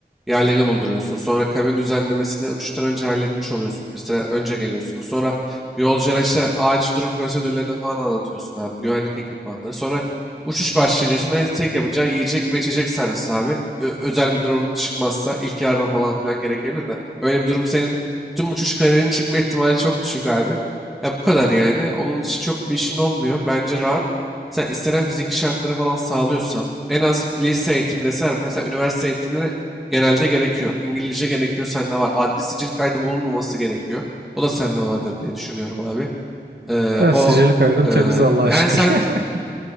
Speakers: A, in the centre; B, on the right.
A: Yerlerini bulduruyorsun. Sonra kabin düzenlemesini uçuştan önce halletmiş oluyorsun. Bir süre önce geliyorsunuz. Sonra yolculara işte acil durum prosedürlerini falan anlatıyorsun abi. Güvenlik ekipmanları. Sonra uçuş başlayınca sana tek yapacağın yiyecek ve içecek servisi abi. Ö- özel bir durum çıkmazsa ilk yardım falan filan gerekebilir de. Öyle bir durum senin tüm uçuş kararının çıkma ihtimali çok düşük abi. Ya bu kadar yani. Onun için çok bir işin olmuyor. Bence rahat. Sen istenen fiziki şartları falan sağlıyorsan en az lise eğitimi deseler mesela üniversite eğitimleri genelde gerekiyor. İngilizce gerekiyor sende var. Adli sicil kaydı bulunmaması gerekiyor. O da sende vardır diye düşünüyorum abi. Ee,
B: Ya
A: o
B: sicili kaydım
A: e,
B: temiz Allah'a
A: yani
B: şükür.
A: sen
B: <laughs>